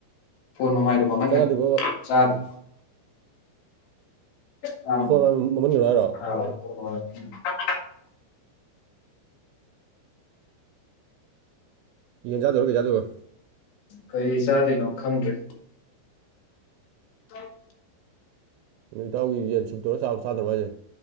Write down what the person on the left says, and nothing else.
ꯐꯣꯟ ꯃꯃꯥꯏꯗꯣ ꯃꯝꯍꯟꯒꯅꯣ
ꯆꯥꯗ꯭ꯔꯤ ꯇꯥꯔꯕꯣ
<unintelligible>
ꯀꯩ ꯆꯥꯗꯣꯏꯅꯣ ꯈꯪꯗ꯭ꯔꯦ <inaudible>